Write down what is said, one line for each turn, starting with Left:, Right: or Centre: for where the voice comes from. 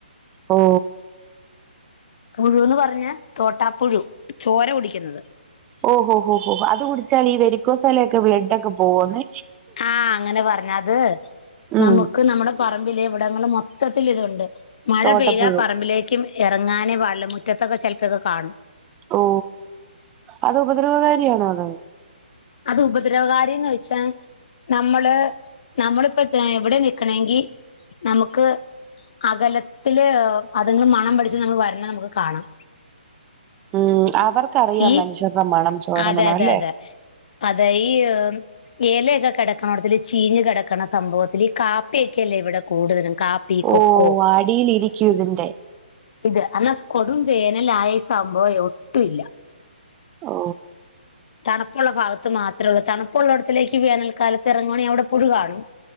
Right: ഓ
Left: പുഴുന്ന് പറഞ്ഞാ തോട്ടാപ്പുഴു ചോര കുടിക്കുന്നത്
Right: ഓഹോ ഹോ ഹോ അത് കുടിച്ചാൽ ഈ വെരിക്കോസാലൊക്കെ ബ്ലഡ് ഒക്കെ പോകുന്ന
Left: ആഹ അങ്ങനെ പറഞ്ഞത്
Right: ഉം
Left: നമുക്ക് നമ്മുടെ പറമ്പിലെ ഇവിടങ്ങള മൊത്തത്തിൽ ഇതുണ്ട് മഴ
Right: തോട്ടപ്പുഴു
Left: പെയ്താ പറമ്പിലേക്കും ഇറങ്ങാനേ പാടുള്ള മുറ്റത്തൊക്കെ ചിലപ്പോൊക്കെ കാണും
Right: ഓ അത് ഉപദ്രവകാരിയാണോ അത്
Left: അത് ഉപദ്രവകാരിന്ന് ചോയിച്ചാ നമ്മള് നമ്മളിപ്പോ എവിടെ നിക്കെണെങ്കിൽ നമുക്ക് അകലത്തില് അത് ന്ന് മണം പിടിച്ച് നമ്മള് വരണ നമുക്ക് കാണാം
Right: ഉം അവർക്കറിയാം
Left: ഈ
Right: മനുഷ്യരുടെ മണം ചോരമണം
Left: അതെ അതെ
Right: അല്ലേ
Left: അതെ അതെ ഈ എലയൊക്കെ കിടക്കണതില് ചീഞ്ഞ് കിടക്കണ സംഭവത്തില് ഈ കാപ്പിയൊക്കെല്ലേ ഇവിടെ കൂടുതലും കാപ്പ പികൊക്കൊ
Right: ഓ അടിയിലിരിക്കും ഇതിന്റെ
Left: ഇത് എന്നാൽ കൊടും വേനലായ ഈ സംഭവം ഒട്ടുംല്ല
Right: ഓ
Left: തണുപ്പുള്ള ഭാഗത്ത് മാത്രേള്ളൂ തണുപ്പുള്ളടത്തിലേക്ക് വേനൽക്കാലത്ത് ഇറങ്ങാണെ അവിടെ പുഴു കാണും